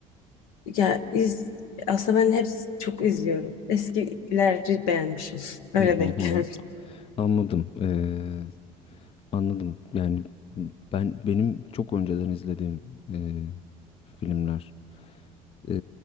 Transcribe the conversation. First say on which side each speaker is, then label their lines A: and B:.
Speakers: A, on the left; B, on the left.
A: Ya iz, aslında ben hepsi çok izliyorum. Eskileri beğenmişim. <laughs> Öyle
B: Hı hı
A: denk
B: hı.
A: gelmiş.
B: Anladım. Ee, anladım. Yani ben benim çok önceden izlediğim e, filmler e,